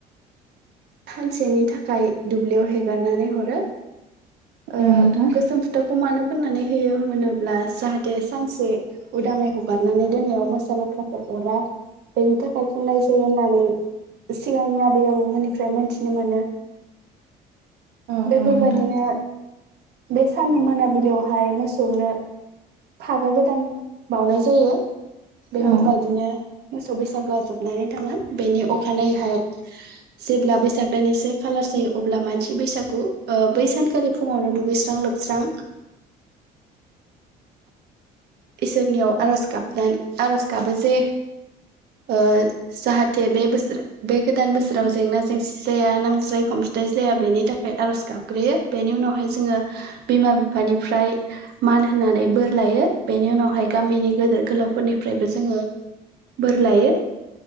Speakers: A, on the right (about 65°); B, on the right (about 80°).
A: सानसेनि थाखाय दुब्लियाव हेगारनानै हरो ओ
B: औ नोंथां
A: गोसोम फुथोब अमानो फोननानै होयो होनोब्ला जाहा थे सानसे उदाङै हगारनानै दोननायाव मोसा लख्रा अरा बेनि थाखाय खननाय जायो होननानै सिगांनि आबै आबौमोननिफ्राय मोनथिनो मोनो
B: औ
A: बेफोरबायदिनो
B: औ नोंथां
A: बे साननि मोनाबिलियावहाय मोसौनो फागा गोदान बाउनाय जायो बेफोरबायदिनो
B: औ
A: मोसौ बैसागोआ जोबनानै थाङो बेनि उ अखानायैहाय जेब्ला बैसाग दानि सेनिखालार जायो अब्ला मानसि बैसागु ओ बै सानखालि फुङावनो दुगैस्रां लोबस्रां इसोरनियाव आर'ज गाबनानै आर'ज गाबो जे ओ जाहाथे बे बोसोर बे गोदान बोसोराव जेंना जेंसि जाया नांज्लाय खमज्लाय जाया बेनि थाखाय आर'ज गाबग्रोयो बेनि उनावहाय जोङो बिमा बिफानिफ्राय मान होनानै बोर लायो बेनि उनावहाय गामिनि गेदेर गोलावफोरनिफ्रायबो जोङो बोर लायो